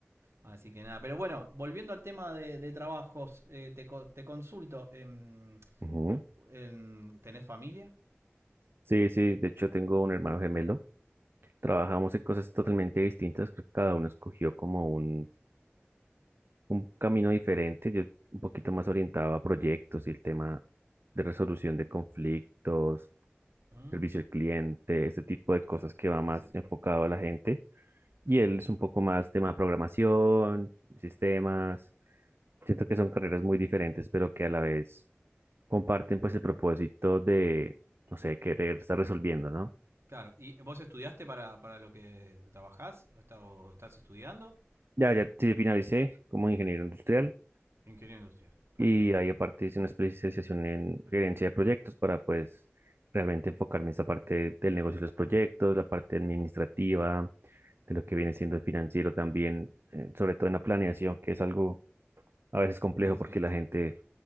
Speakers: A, on the right; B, on the right.
A: Así que nada, pero bueno, volviendo al tema de, de trabajos, eh, te, te consulto, em,
B: Ujú.
A: en- ¿tenés familia?
B: Sí, sí, de hecho tengo un hermano gemelo. Trabajamos en cosas totalmente distintas. Creo que cada uno escogió como un, un camino diferente, yo un poquito más orientado a proyectos y el tema de resolución de conflictos,
A: Mm,
B: servicio al cliente, este tipo de cosas
A: claro,
B: que va más
A: ese tipo,
B: enfocado a la gente. Y
A: claro.
B: él es un poco más tema de programación, sistemas. Siento que son carreras muy diferentes, pero que a la vez comparten pues el propósito de, no sé, querer estar resolviendo, ¿no?
A: Claro, ¿y vos estudiaste para, para lo que trabajás o, está- o estás estudiando?
B: Ya, ya sí, finalicé como ingeniero industrial.
A: Ingeniero industrial, perfecto.
B: Y ahí aparte hice una especialización en gerencia de proyectos para pues realmente enfocarme en esta parte del negocio de los proyectos, la parte administrativa, de lo que viene siendo el financiero también, eh, sobre todo en la planeación, que es algo a veces complejo
A: Y sí,
B: porque la gente,